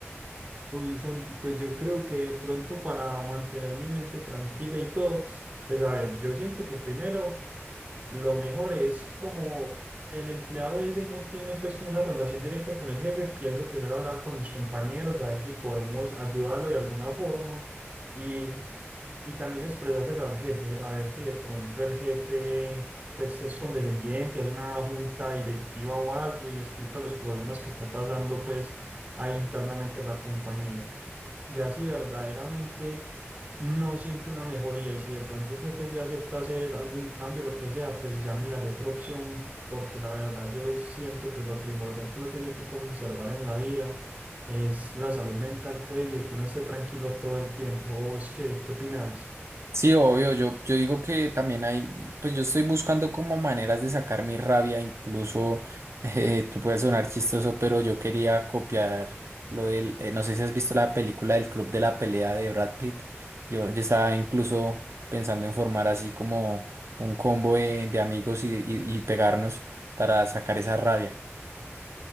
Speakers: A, on the right; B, on the right.
A: Uy, Santi, pues yo creo que de pronto para mantener mi mente tranquila y todo, pues a ver, yo siento que primero. Lo mejor es como el empleado ese no tiene pues como una relación directa con el jefe, pienso primero hablar con mis compañeros, a ver si podemos ayudarlo de alguna forma y, y también expresárselo al jefe, a ver si de pronto el jefe pues es condescendiente, hace una junta directiva o algo y explica los problemas que está pasando pues ahí internamente en la compañía. Ya si verdaderamente no siento una mejoría y si de pronto el jefe sí acepta hacer algún cambio, lo que sea, pues ya miraré otra opción, porque la verdad yo siento que lo primordial que uno tiene que conservar en la vida es la salud mental, pues, y que uno esté tranquilo todo el tiempo. ¿Vos qué, qué opinás?
B: Sí, obvio, yo, yo digo que también hay, pues yo estoy buscando como maneras de sacar mi rabia, incluso <laughs> eh, tú puedes sonar chistoso, pero yo quería copiar lo del, eh, no sé si has visto la película del Club de la Pelea de Brad Pitt, yo, yo estaba incluso pensando en formar así como un combo de, de amigos y, y y pegarnos para sacar esa rabia.